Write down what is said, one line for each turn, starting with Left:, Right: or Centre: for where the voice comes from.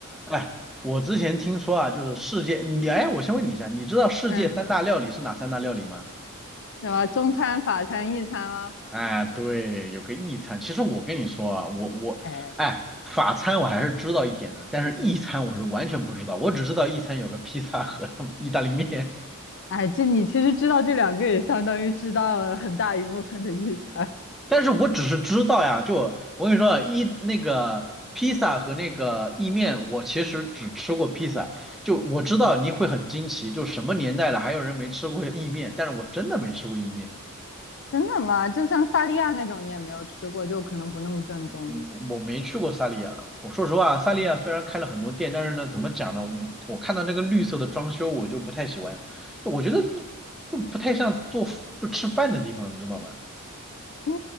Centre: 哎，我之前听说啊，就是世界，你哎，我先问你一下，你知道世界三大料理是哪三大料理吗？
Left: 嗯，什么中餐、法餐、意餐吗？
Centre: 哎，对，有个意餐。其实我跟你说啊，我我哎，
Left: 哎
Centre: 法餐我还是知道一点的，但是意餐我是完全不知道，我只知道意餐有个披萨和他们意大利面，
Left: 哎，这你其实知道这两个，也相当于知道了很大一部分的意餐
Centre: 但是我只是知道呀，就我跟你说啊，意那个披萨和那个意面，我其实只吃过披萨，就我知道你会很惊奇，就什么年代了还有人没吃过意面，但是我真的没吃过意面。
Left: <laughs> 真的吗？就像萨莉亚那种，你也没有吃过，就可能不那么正宗的
Centre: 嗯，我没去过萨利亚。我说实话，
Left: 啊。
Centre: 萨利亚虽然开了很多店，但是呢，怎么讲呢？我我看到那个绿色的装修，我就不太喜欢。就我觉得就不太像做就吃饭的地方，你知道吗？
Left: 天